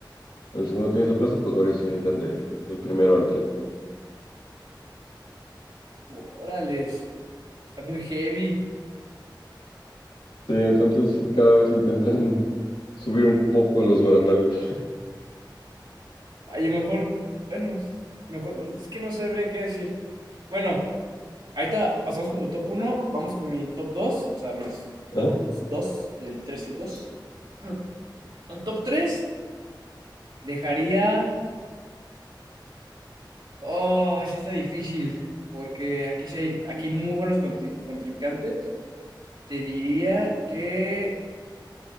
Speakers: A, on the left (about 80°); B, on the right (about 75°).
A: el segundo tienes la plaza, pues varios se avientan de el primero al tren.
B: Órales, está muy heavy.
A: Sí, entonces cada vez intentan subir un poco los barandales. <laughs>
B: A lo mejor, bueno, es- mejor, es que no sabré qué decir. Bueno, ahorita pasamos con tu top uno vamos con mi top dos o sea, mis
A: Ajá,
B: top dos del 3 y el dos <laughs> El top 3 dejaría. Oh, sí está difícil, porque aquí sí hay, aquí hay muy buenos conti- contrincantes. Te diría que.